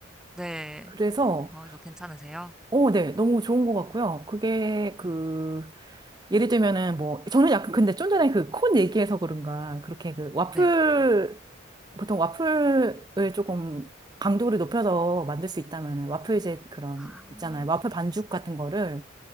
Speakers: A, in the centre; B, on the right.
A: 네.
B: 그래서,
A: 어, 이거 괜찮으세요?
B: 오, 네. 너무 좋은 것 같고요. 그게 그,
A: 음.
B: 예를 들면은 뭐 저는 약간 근데 좀 전에 그 콘 얘기해서 그런가 그렇게 그 와플
A: 네.
B: 보통 와플을 조금 강도를 높여서 만들 수 있다면은 와플제 그런
A: 아,
B: 있잖아요 와플 반죽 같은 거를